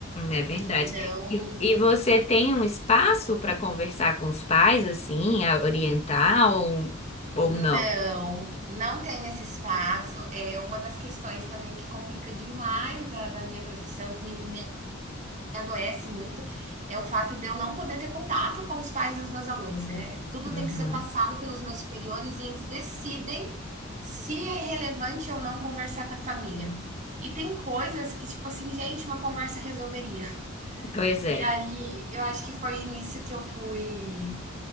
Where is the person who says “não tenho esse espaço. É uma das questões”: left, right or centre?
Right